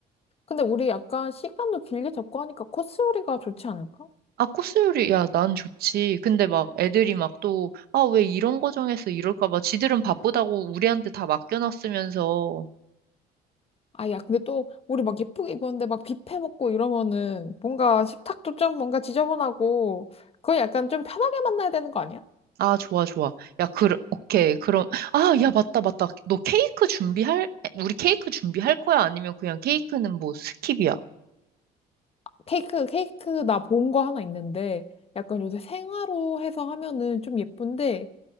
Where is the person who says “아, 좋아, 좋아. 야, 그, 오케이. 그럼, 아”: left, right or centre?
Right